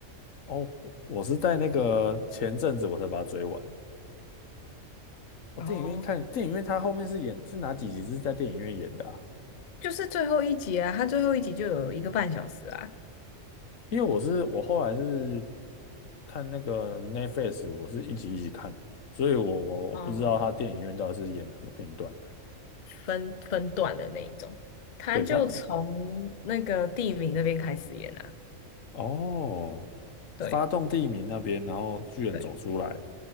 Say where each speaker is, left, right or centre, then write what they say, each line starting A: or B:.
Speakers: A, on the left (about 75°); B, on the left (about 45°).
A: 哦，我我是在那个前阵子我才把它追完。哦，
B: 哦，
A: 电影院看，电影院它后面是演是哪几集是在电影院演的啊？
B: 就是最后一集啊，它最后一集就有一个半小时啊，
A: 因为我是我后来是看那个 Netflix，我是一集一集看，所以我我我不知道它电影院到底是演哪个片段。
B: 啊，分分段的那一种，它就从那个地名那边开始演啊，
A: 对它，哦，
B: 对。
A: 发动地名那边，然后巨人走出来。
B: 对。